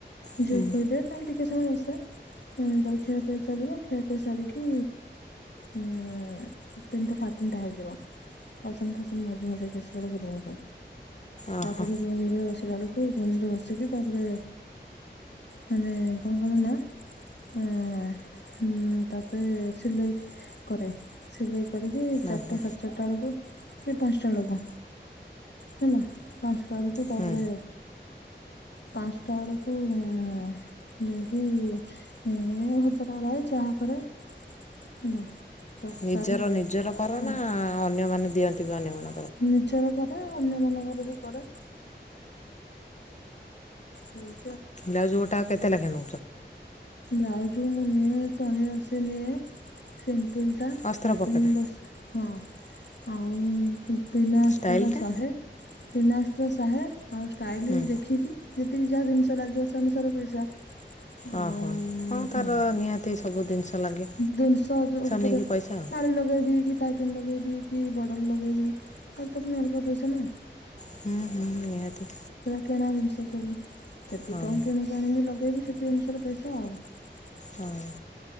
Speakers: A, on the left; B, on the left.
A: ହୁଁ
B: ଝିଅ ଖୋଇଦିଏ ଖାଲି ଟିକେ ଟିକେ ସମୟ ବସେ ଉଁ ତାପରେ ଖିଆ ପିଆ ଚାଲିବ ଖିଆ ପିଆ ସାରିକି ଉଁ ତିନିଟା ସାଢେ ତିନିଟା ହେଇଯିବ। ବାସନ ଫାସନ୍ ମଜିମୁଜାକି ଆସି। ପଳେଇବି ରୁମକୁ।
A: ଓହୋ।
B: ତାପରେ ରୁମ ରେ ବ ସ ଳାବେଲକୁ ରୁମ ରେ ବସିକି ତାପରେ ମାନେ। କଣ କରେ ନା ଅ ହୁଁ ତାପରେ ସିଲେଇ କରେ ସିଲେଇ। କରିକି ଚାରିଟା
A: ଓହୋ
B: ସାଢେ ଚାରିଟା ବେଳକୁ। ସେ ପାଞ୍ଚଟା ବେଳକୁ ହେଲା ପାଞ୍ଚ। ତଳକୁ ତାପରେ।
A: ହୁଁ।
B: ପାଞ୍ଚଟା ବେଳକୁ ଉଁ। ଯାଇକି ଏ ଘରଦ୍ୱାର ଓଳାଏ ଚାହା କରେ ହେଲା। ସବୁ
A: ନିଜର
B: ସାରିକି
A: ନିଜର କର
B: ତା
A: ନା ଅନ୍ୟମାନେ। ଦଅନ୍ତି ବି ଅନ୍ୟମଙ୍କ -
B: ନିଜର କରେ ଅନ୍ୟ ମାନଙ୍କର ବି କରେ। ହୁଁ।
A: ବ୍ଲାଉଜ ଗୋଟା କେତେ ଲେଖା। <inaudible>
B: ବ୍ଲାଉଜ୍ ମୁଁ ନିଏ ଶହେ ଅଶୀ ନିଏ ସେ ଫୁଲ୍ ଟା
A: ଅସ୍ତ୍ର
B: ପାଇପ
A: ପକେଟା
B: ବସ୍ ହଁ। ଆଉ ବିନା ଅସ୍ତ୍ର
A: ଷ୍ଟାଇଲଟା?
B: ଟା ଶହେ ବିନା ଅସ୍ତ୍ର ଶହେ ଆଉ ଷ୍ଟାଇଲ
A: ହୁଁ।
B: ଦେଖିକି ଯେତିକି ଯାହା ଜିନିଷ ଲାଗିବ ସେ ଅନୁସାରେ ପଇସା।
A: ଓହୋ
B: ଆଉ
A: ହଁ
B: ହୁଁ
A: ତାର ନିହାତି ସବୁ ଜିନିଷ ଲାଗେ
B: ଜିନିଷ ଉପରେ
A: ନେଇକି ପଇସା ଆଉ।
B: ମାଳି ଲଗେଇବି କି ଟାଇପିନ୍ ଲଗେଇବି କି ବର୍ଡର ଲଗେଇବି କଉଟା ପୁଣି ଅଲଗା ପଇସା ନା।
A: ହୁଁ ହୁଁ ନିହାତି
B: ସେଇଟା କିଣା ଜିନିଷ ସବୁ ଯେତିକି
A: ହଁ
B: ଟଙ୍କା କିଣିକି ଆଣିବି ଲଗେଇବି ସେଥି ଅନୁସାରେ ପଇସା ଆଉ।
A: ହଁ